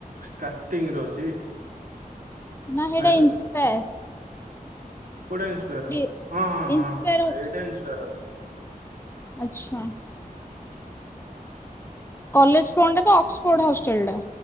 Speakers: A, on the right; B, on the left.
A: ଷ୍ଟାର୍ଟିଂ ରୁ ଅଛି
B: ନା ହେଇଟା
A: ନାଇଁ
B: ଇନ୍ସପାୟାର
A: କଉଟା ଇନ୍ସପାୟାର
B: ଡି
A: ହଁ ହଁ ହଁ
B: ଇନ୍ସପାୟାର
A: ହଁ ଏଇଟା ଇନ୍ସପାୟାର
B: ଆଛା କଲେଜ ଫ୍ରଣ୍ଟରେ ତ ଅକ୍ସଫୋର୍ଡ ହଷ୍ଟେଲ ଟା